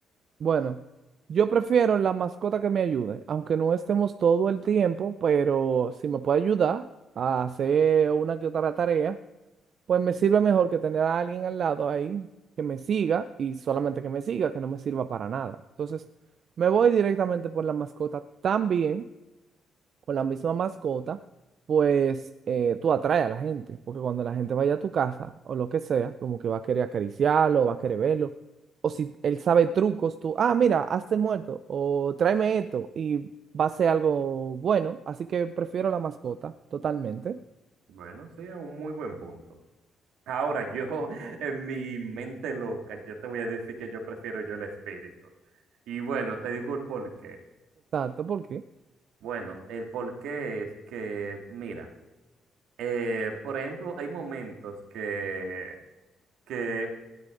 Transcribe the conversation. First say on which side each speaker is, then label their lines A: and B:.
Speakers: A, on the right; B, on the right.
A: Bueno, yo prefiero la mascota que me ayude, aunque no estemos todo el tiempo, pero si me puede ayudar a hacer una que otra tarea, Pues me sirve mejor que tener a alguien al lado ahí que me siga y solamente que me siga, que no me sirva para nada. Entonces, me voy directamente por la mascota también, con la misma mascota, pues eh, tú atraes a la gente, porque cuando la gente vaya a tu casa o lo que sea, como que va a querer acariciarlo, va a querer verlo, o si él sabe trucos, tú, ah, mira, hazte muerto, o tráeme esto, y va a ser algo bueno, así que prefiero la mascota totalmente.
B: Bueno, sí, es un muy buen punto. Ahora, yo, <laughs> en mi mente loca, yo te voy a decir que yo prefiero yo el espíritu. Y bueno, te digo el porqué.
A: Exacto, ¿por qué?
B: Bueno, el por qué es que, mira, eh, por ejemplo, hay momentos que, que